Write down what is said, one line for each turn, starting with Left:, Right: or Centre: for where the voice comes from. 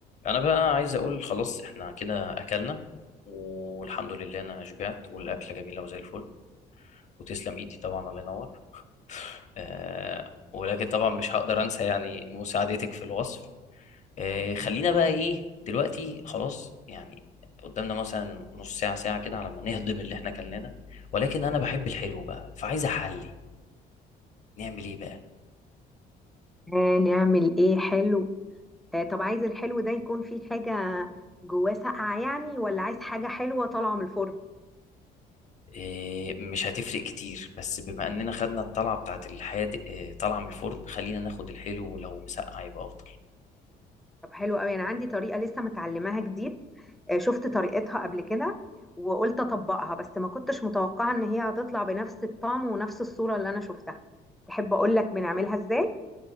Left: انا بقى عايز اقول خلاص احنا كده اكلنا والحمد لله انا شبعت والاكله جميله وزي الفل وتسلم ايدي طبعا الله ينور آه ولكن طبعا مش هقدر انسى يعني مساعدتك في الوصف آه خلينا بقى ايه دلوقتي خلاص يعني قدامنا مثلا نص ساعه ساعه كده على ما نهضم اللي احنا كلناه ده ولكن انا بحب الحلو بقى فعايز احلي نعمل ايه بقى
Centre: آه، نعمل ايه حلو آه، طب عايز الحلو ده يكون فيه حاجة جواه ساقعة يعني ولا عايز حاجة حلوة طالعة من الفرن
Left: آه، مش هتفرق كتير بس بما اننا خدنا الطلعه بتاعت الحادق آه، طالعه من الفرن خلينا ناخد الحلو ولو مسقع يبقى افضل
Centre: طب حلو قوي انا عندي طريقة لسه متعلماها جديد آه، شفت طريقتها قبل كده وقلت اطبقها بس ما كنتش متوقعة ان هي هتطلع بنفس الطعم ونفس الصورة اللي انا شفتها تحب اقول لك بنعملها ازاي